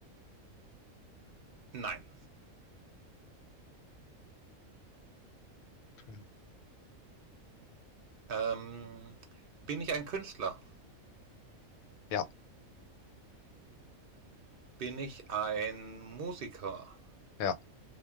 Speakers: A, on the right (about 55°); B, on the left (about 85°).
A: Nein.
B: Okay.
A: Ähm, bin ich ein Künstler?
B: Ja,
A: Bin ich ein Musiker?
B: ja,